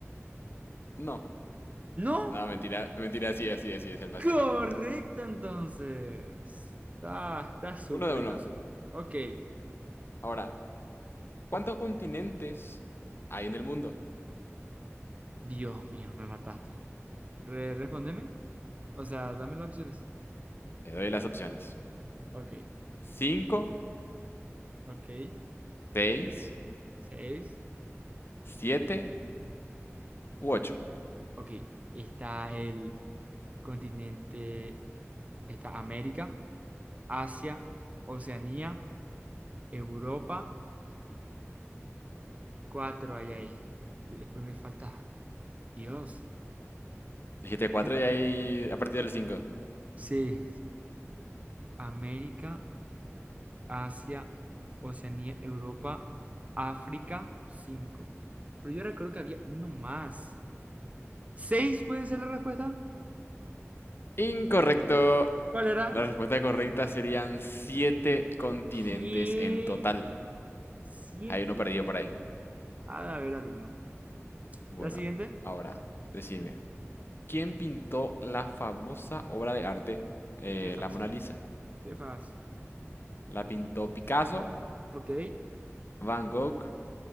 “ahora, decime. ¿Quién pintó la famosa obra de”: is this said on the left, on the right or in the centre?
Left